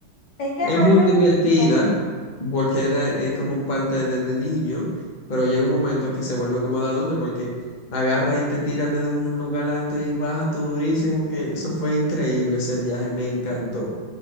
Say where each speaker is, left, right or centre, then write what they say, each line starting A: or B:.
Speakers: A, on the left; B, on the left.
A: Es que
B: Es
A: a
B: muy
A: mí me
B: divertida
A: gustó.
B: porque era, es como parte desde niño, pero llega un momento que se vuelve como de adulto porque agarra y te tiran desde un lugar alto y baja tú durísimo, que eso fue increíble, ese viaje me encantó.